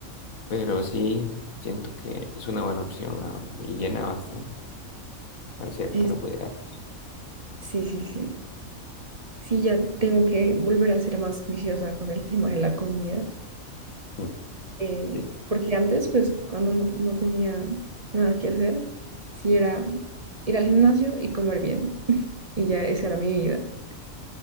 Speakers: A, on the left; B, on the right.
A: Pero sí, siento que es una buena opción, la verdad. Y llena bastante al ser
B: Es,
A: carbohidratos.
B: sí, sí, sí. Sí, ya tengo que volver a ser más juiciosa con el tema de la comida,
A: Mm.
B: eh,
A: Sí,
B: porque antes, pues, cuando no, no tenía nada que hacer, sí era ir al gimnasio y comer bien. <laughs> Y ya esa era mi vida.